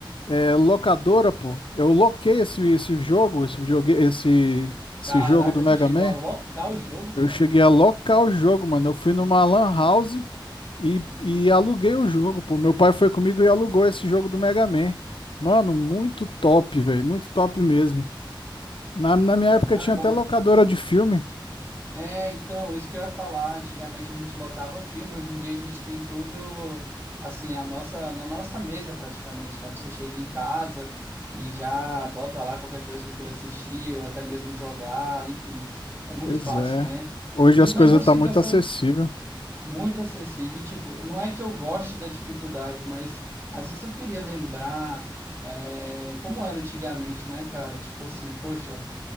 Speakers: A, on the left; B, on the right.
A: eh, locadora, pô? Eu loquei esse, esse jogo, esse videogame, esse, esse
B: Caraca,
A: jogo do Mega
B: tu chegou
A: Man.
B: a locar o jogo,
A: Eu
B: cara.
A: cheguei a locar o jogo, mano. Eu fui numa lan house. E,
B: Sim.
A: e aluguei o jogo, pô. Meu pai foi comigo e alugou esse jogo do Mega Man. Mano, muito top, velho. Muito top mesmo. Na, na minha época
B: Cara,
A: tinha
B: como
A: até locadora de filme.
B: É, então, isso que eu ia falar. Antigamente a gente locava filme, hoje em dia a gente tem tudo assim, a nossa, na nossa mesa praticamente, né? Você chega em casa e já bota lá qualquer coisa que queira assistir, ou até mesmo jogar, enfim, é muito
A: Pois
B: fácil,
A: é.
B: né?
A: Hoje
B: E,
A: as
B: mas
A: coisas
B: eu sinto
A: tá muito
B: essa
A: acessível.
B: muito acessível, e, tipo, não é que eu goste da dificuldade, mas às vezes eu queria lembrar é, como era antigamente, né, cara? Tipo assim, poxa